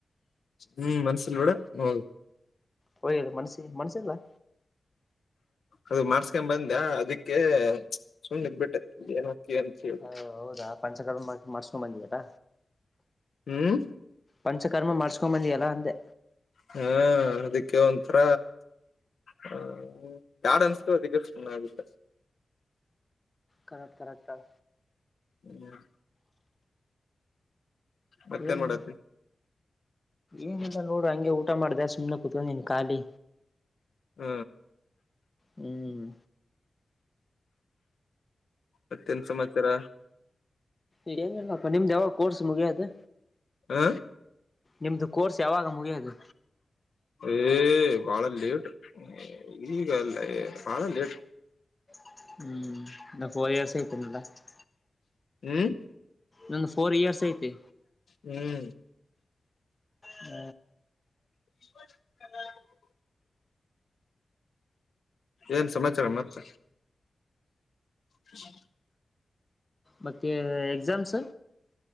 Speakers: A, on the left; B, on the left.
A: ಹ್ಮ್ ಮನ್ಸಲ್ ಬಿಡ ಹ
B: ಹೋಯಿ ಮನ್ಸ್ಸಿ ಮನ್ಸಿಲ್ಲಾ.
A: ಅದು ಮಾಡ್ಸ್ಕೊಂಡ ಬಂದ ಅದಕ್ಕೆ ಸುಮ್ನೆ ಇದ್ಬಿಟ್ಟೆ ಏನ ಹಾಕೀ ಅಂತ ಹೇಳಿ
B: ಹ ಹೌದಾ ಪಂಚಕರ್ಮ ಮತ್ ಮಾಡ್ಸ್ಕೊಂಡ ಬಂದೇನ.
A: ಹ್ಮ್
B: ಪಂಚಕರ್ಮ ಮಾಡ್ಸ್ಕೊಂಬಂದಿಯಲ್ಲ ಅಂದೆ
A: ಹ್ಮ ಅದಿಕ್ಕೆ ಒಂಥರ ಹ ಬ್ಯಾಡ ಅನ್ಸತು ಅದಕ್ಕೆ ಸುಮ್ನ ಆಗ್ಬಿಟ್ಟೆ.
B: ಕರೆಕ್ಟ್ ಕರೆಕ್ಟ್ಏಳ
A: ಹ್ಮ್ ಮತ್ತೇನ್
B: ಏನ್
A: ಮಾಡತಿ
B: ಏನಿಲ್ಲ ನೋಡು ಹಂಗೆ ಊಟ ಮಾಡ್ದ ಸುಮ್ನೆ ಕೂತ್ಕೊಂಡಿನೀ ಖಾಲಿ.
A: ಹ್ಮ
B: ಹ್ಮ್
A: ಮತ್ತೆನ್ ಸಮಾಚಾರ
B: ಈಗ ಏನಿಲ್ಲ ನೋಡಪ್ಪಾ ನಿಮ್ದ ಯಾವಾಗ ಕೋರ್ಸ್ ಮುಗಿಯದು.
A: ಹ
B: ನಿಮ್ದು ಕೋರ್ಸ್ ಯಾವಾಗ ಮುಗಿಯೋದು?
A: ಏ ಬಾಳ ಲೇಟ್ ಈಗ ಅಲ್ಲಲೇ ಬಾಳ ಲೇಟ್.
B: <unintelligible>
A: ಹ್ಮ್
B: ನಂದು ಫೋರ್ ಇಯರ್ಸ್ ಐತಿ
A: ಹ್ಮ್
B: ಹ್ಮ
A: ಹ್ಮ ಏನ್ ಸಮಾಚಾರ ಮತ್ತ. ಹ್ಮ
B: ಮತ್ತ ಏನ್ ಎಕ್ಸಾಮ್ಸ್.